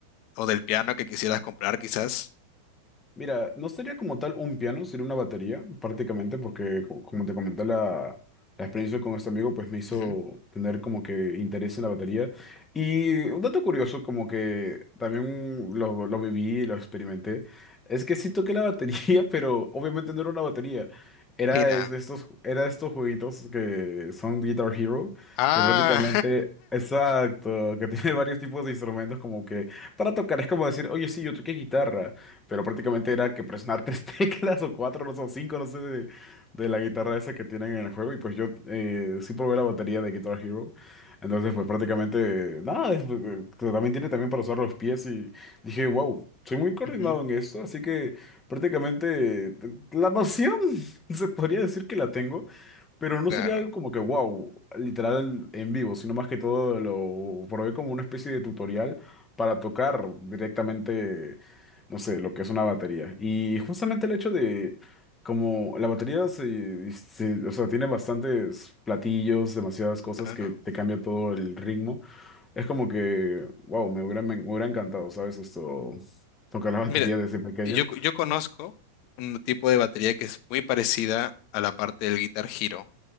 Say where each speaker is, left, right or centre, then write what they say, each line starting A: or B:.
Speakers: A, on the left; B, on the left.
A: o del piano que quisieras comprar quizás.
B: Mira, no sería como tal un piano, sería una batería, prácticamente, porque co- como te comenté, la, la experiencia con este amigo pues me hizo
A: Ujú,
B: tener como que interés en la batería. Y un dato curioso, como que también lo, lo viví, lo experimenté, es que sí toqué la batería, <laughs> pero obviamente no era una batería. Era
A: Era.
B: es- estos, era estos jueguitos que son Guitar Hero,
A: Ah,
B: que prácticamente... Exacto, que <laughs> tiene varios tipos de instrumentos como que para tocar es como decir, oye, sí, yo toqué guitarra pero prácticamente era que presionar tres <laughs> teclas o cuatro, no sé, o cinco, no sé, de, de la guitarra esa que tienen en el juego. Y pues yo eh, sí probé la batería de Guitar Hero. Entonces, pues prácticamente, nada, es- eh, también tiene también para usar los pies y dije, wow, soy muy coordinado
A: <laughs> ujú.
B: en esto, así que prácticamente eh, la noción <laughs> se podría decir que la tengo. Pero
A: claro,
B: no sería algo como que, wow, literal en vivo, sino más que todo lo probé como una especie de tutorial para tocar directamente, no sé, lo que es una batería. Y justamente el hecho de, como la batería se, se- o sea, tiene bastantes platillos, demasiadas cosas
A: claro.
B: que te cambia todo el ritmo, es como que, wow, me hubiera, me hubiera encantado, ¿sabes? Esto, tocar la <laughs> batería
A: Mira.
B: desde pequeño.
A: Yo, yo conozco un tipo de batería que es muy parecida a la parte del Guitar Hero,